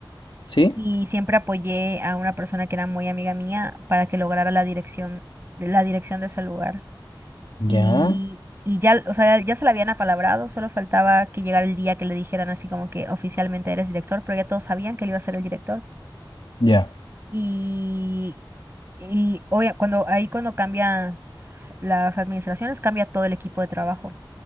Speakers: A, on the left; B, on the right.
A: ¿Sí?
B: y siempre apoyé a una persona que era muy amiga mía para que lograra la dirección, la dirección de ese lugar.
A: ¿Ya?
B: Y, y ya, o sea, ya se la habían apalabrado, solo faltaba que llegara el día que le dijeran así como que oficialmente eres director, pero ya todos sabían que él iba a ser el director.
A: ¿Ya?
B: Y, y obvia- cuando, ahí cuando cambian las administraciones, cambia todo el equipo de trabajo.